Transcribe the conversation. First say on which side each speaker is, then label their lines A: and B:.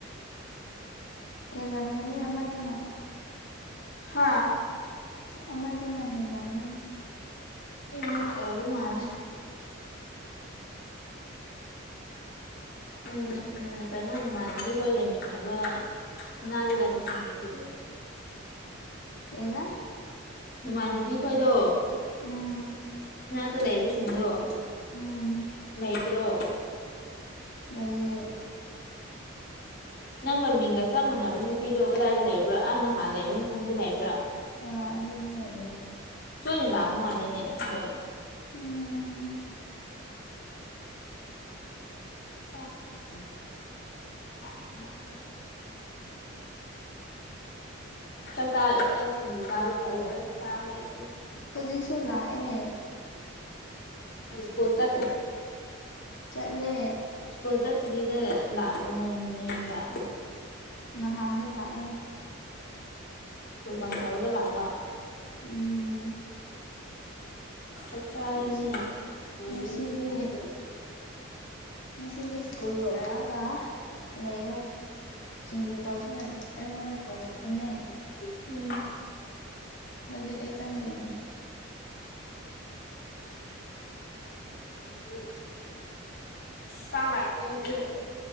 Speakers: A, on the left; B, on the left.
A: ꯍꯦꯜꯂꯝꯒꯅꯤ ꯑꯃꯥꯗꯅ
B: ꯍꯥꯥ
A: ꯑꯔꯗꯨꯅ ꯍꯔꯝꯒꯅꯤ
B: ꯎꯝ ꯑꯣꯏꯕꯨ ꯃꯥꯜ ꯎꯝ ꯎꯝ ꯀꯩꯅꯣ ꯅꯃꯥꯟꯗꯒꯤꯈꯣꯏ ꯂꯩꯃꯤꯟꯅꯕ ꯅꯗꯗꯥꯏꯃꯤ ꯁꯤ <unintelligible>
A: ꯀꯩꯕꯥ
B: ꯅꯃꯥꯟꯅꯕꯤ ꯈꯣꯏꯗꯣ
A: ꯎꯝ
B: ꯠꯇ ꯂꯩꯕꯁꯤꯡꯗꯣ
A: ꯎꯝ
B: ꯂꯩꯇ꯭ꯔꯣ
A: ꯂꯩꯏꯌꯦ
B: ꯅꯪꯒ ꯃꯤꯡꯒ ꯆꯞ ꯃꯥꯟꯅꯕ ꯅꯨꯄꯤꯗꯣ ꯀꯗꯥꯏꯗ ꯂꯩꯕ꯭ꯔꯣ ꯑ ꯅꯍꯥꯟ ꯂꯩꯕ ꯃꯐꯝꯗ ꯂꯩꯕ꯭ꯔꯥ
A: ꯑ ꯑꯗꯨ ꯂꯩ ꯑꯦꯌ
B: ꯁꯣꯏꯅ ꯂꯥꯛꯎ ꯃꯥꯜꯂꯤꯅꯦ ꯑꯗꯨꯝ
A: ꯎꯝ
B: <unintelligible> ꯆꯥꯛꯆꯥ ꯁꯤꯡꯖꯨ ꯆꯥꯔꯨꯛꯄ ꯆꯥ ꯂꯩꯇꯦ
A: ꯍꯧꯖꯤꯛꯁꯨ ꯂꯥꯛꯑꯦ
B: ꯁꯀꯣꯁ
A: ꯆꯠꯂꯦ
B: ꯁꯀꯨꯜ ꯆꯠ ꯁꯤꯗ ꯂꯥꯛꯕ ꯅꯪ ꯌꯨꯝꯗ
A: ꯅꯍꯥꯟꯗꯣ ꯂꯥꯛꯑꯦ
B: ꯁ꯭ꯀꯨꯜ ꯀꯥꯡ ꯇꯧꯔꯒ ꯂꯥꯛꯄ
A: ꯎꯝ
B: ꯆꯞ ꯆꯥꯔꯔꯤꯅꯦꯁꯚ
A: ꯉꯁꯤ ꯉꯁꯤꯗꯤ ꯉꯁꯤꯗꯤ ꯁ꯭ꯀꯨꯜ ꯑꯣꯏꯔꯒ ꯂꯩꯌꯦ ꯆꯤꯡꯖꯨ ꯇꯧꯁꯤꯅ ꯑꯩꯉꯣꯟꯗ ꯀꯧꯔꯛꯄꯅꯦ
B: ꯎꯝ
A: ꯍꯧꯖꯤꯛ ꯑꯩ ꯆꯪꯗꯣꯏꯅꯦ
B: ꯎ ꯆꯒꯥꯏꯇ ꯍꯧ